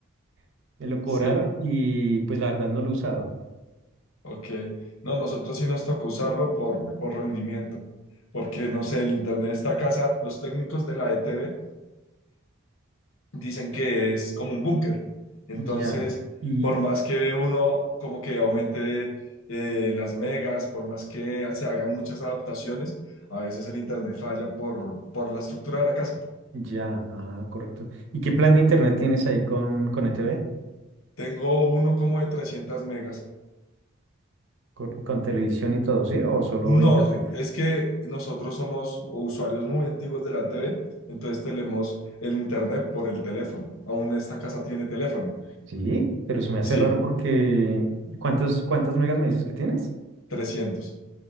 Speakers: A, on the right; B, on the left.
A: <laughs> me lo cobraron
B: Sí,
A: y pues la verdad no lo he usado.
B: ok. No, nosotros sí nos tocó usarlo por, por rendimiento, porque no sé, el internet de esta casa, los técnicos de la ETV dicen que es como un búnker. Entonces,
A: Ya, y
B: por más que uno como que aumente eh, las megas, por más que se hagan muchas adaptaciones, a veces el internet falla por, por la estructura de la casa.
A: ya, ah, correcto. ¿Y qué plan de internet tienes ahí con, con ETV?
B: Tengo uno como de trescientas megas
A: ¿Con, con televisión y todo, sí? ¿O solo
B: No,
A: internet?
B: es que nosotros somos usuarios muy antiguos de la TV, entonces tenemos el internet por el teléfono. Aún esta casa tiene teléfono.
A: Sí, pero se me hace
B: Sí,
A: raro porque ¿cuántos, cuántas megas me dices que tienes?
B: 300.